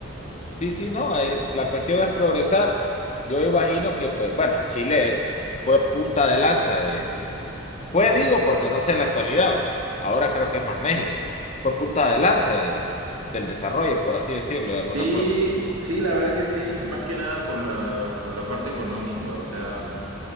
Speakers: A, on the left (about 30°); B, on the right (about 85°).
A: Sí, sí, no, eh, la cuestión es progresar. Yo imagino que, pues, bueno, Chile fue punta de lanza de... Fue, digo, porque no sé en la actualidad, ahora creo que es más México. Fue punta de lanza de, del desarrollo, por así decirlo, de alguna
B: Sí,
A: forma.
B: sí, la verdad que sí, más que nada por la, por la parte económica, o sea,